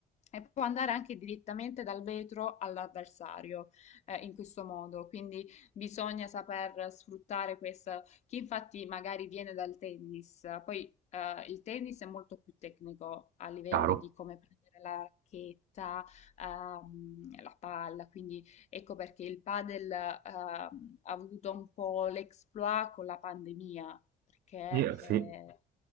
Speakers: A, on the left; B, on the right.
A: E può andare anche direttamente dal vetro all'avversario, eh, in questo modo. Quindi bisogna saper sfruttare questo che infatti magari viene dal tennis. Poi eh, il tennis è molto più tecnico a livello
B: Chiaro.
A: di come prendere la racchetta, ehm, la palla, quindi ecco perché il padel ehm, ha avuto un po' l'exploit con la pandemia, perché
B: Io- sì.
A: eh,